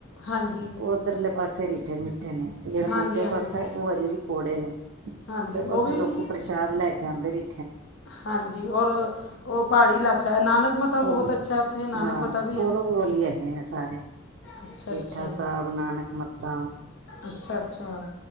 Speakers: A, on the left; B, on the right.
A: ਹਾਂਜੀ।
B: ਉਹ ਉੱਧਰਲੇ ਪਾਸੇ ਰੀਠੇ ਮਿੱਠ- ਠੇ ਨੇ ਤੇ ਜਿਹੜਾ
A: ਹਾਂਜੀ
B: ਦੂਜਾ
A: ਹਾਂਜੀ
B: ਪਾਸਾ ਉਹ ਅਜੇ ਵੀ ਕੋੜੇ ਨੇ
A: ਹਾਂਜੀ
B: ਤੇ
A: ਉਹ
B: ਉੱਥੇ
A: ਵੀ
B: ਲੋਕੀ ਪਰ- ਔ ਲੈ ਕੇ ਅੰਦਰ ਹੀ
A: ਹਾਂਜੀ ਔਰ ਉਹ ਪਹਾੜੀ ਇਲਾਕਾ ਐ, ਨਾਨਕ- ਮਤਾ ਬਹੁਤ
B: ਔਹ ਵੀ,
A: ਅੱਛਾ ਉੱਥੇ ਨਾਨਕ
B: ਹਾਂ
A: ਮਤਾ ਵੀ
B: ਕੋਲੋ
A: ਹੈ
B: ਕੋੋਲ ਹੀ ਹੈਗੇ ਆ ਸਾਰੇ।
A: ਅੱਛਾ
B: ਰੀਠਾ
A: ਅੱਛਾ
B: ਸਾਹਿਬ, ਨਾਨਕ ਮੱਤਾ,
A: ਅੱਛਾ ਅੱਛਾ